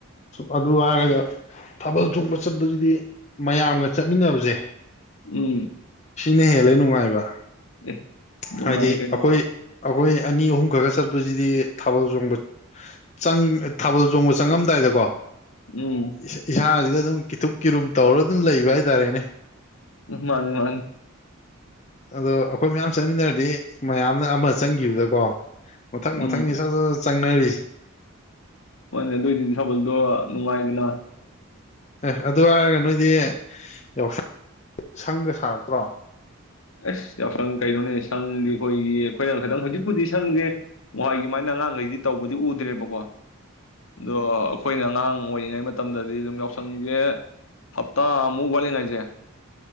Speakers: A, on the left; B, on the left.
A: ꯑ ꯑꯗꯨ ꯍꯥꯏꯔꯒ ꯊꯥꯕꯜ ꯆꯣꯡꯕ ꯆꯠꯄꯁꯤꯗꯤ ꯃꯌꯥꯝꯒ ꯆꯠꯃꯤꯟꯅꯕꯁꯦ
B: ꯎꯝ
A: ꯅ ꯍꯦꯜꯂꯤ ꯅꯨꯡꯉꯥꯏꯕ
B: ꯑꯦ ꯅꯨꯡꯉꯥꯏ
A: ꯍꯥꯏꯗꯤ
B: ꯀꯩꯅꯣ
A: ꯑꯈꯣꯏ ꯑꯈꯣꯏ ꯑꯅꯤ ꯑꯍꯨꯝ ꯈꯛ ꯇ ꯆꯠꯄꯁꯤꯗꯤ ꯊꯥꯕꯜ ꯆꯣꯡꯕ ꯆꯪ ꯊꯥꯕꯜ ꯊꯥꯕꯜꯆꯣꯡꯕꯥ ꯆꯥꯉꯝ ꯇꯥꯏꯗꯀꯣ
B: ꯎꯝ
A: ꯏ ꯏꯁꯥꯁꯤꯗ ꯗꯨꯝ ꯀꯤꯊꯨꯞ ꯀꯤꯔꯨꯝ ꯇꯧꯔꯒ ꯑꯗꯨꯝ ꯂꯩꯕ ꯍꯥꯏꯇꯥꯔꯦꯅꯦ
B: ꯎꯝ ꯃꯥꯅꯦ ꯃꯥꯅꯦ
A: ꯑꯗꯣ ꯑꯈꯣꯏ ꯃꯌꯥꯝ ꯆꯠꯃꯤꯟꯅꯔꯗꯤ ꯃꯌꯥꯝꯅ ꯑꯃ ꯆꯪꯈꯤꯕꯗꯀꯣ ꯃꯊꯪ
B: ꯎꯝ
A: ꯃꯊꯪꯅꯤ ꯁꯠ ꯁꯠ ꯆꯪꯅꯔꯤ
B: ꯍꯣꯏꯅꯦ ꯑꯗꯨꯒꯤꯗꯤ ꯊꯥꯕꯜꯗꯣ ꯅꯨꯡꯉꯥꯏꯗꯅ
A: ꯑ ꯑꯗꯨ ꯍꯥꯏꯔꯒ ꯅꯣꯏꯗꯤ ꯌꯥꯎꯁꯡ ꯁꯪꯒ ꯁꯔꯛꯇ꯭ꯔꯣ
B: ꯑꯁ ꯌꯥꯎꯁꯪ ꯀꯩꯅꯣꯅꯦ ꯁꯪꯗꯤ ꯑꯈꯣꯏꯒꯤ ꯑꯈꯣꯏꯅ ꯈꯤꯇꯪ ꯍꯧꯖꯤꯛꯄꯨꯗꯤ ꯁꯪꯁꯦ ꯅꯍꯜꯋꯥꯏꯒꯤ ꯑꯗꯨꯃꯥꯏꯅ ꯑꯉꯥꯡꯉꯩꯗꯤ ꯇꯧꯕꯗꯤ ꯎꯗ꯭ꯔꯦꯕꯀꯣ ꯑꯗꯣ ꯑꯈꯣꯏꯅ ꯑꯉꯥꯡ ꯑꯣꯏꯔꯤꯉꯩ ꯃꯇꯝꯗꯗꯤ ꯑꯗꯨꯝ ꯌꯥꯎꯁꯪꯁꯦ ꯍꯞꯇꯥꯑꯃꯨꯛ ꯋꯥꯠꯂꯤꯉꯥꯏꯁꯦ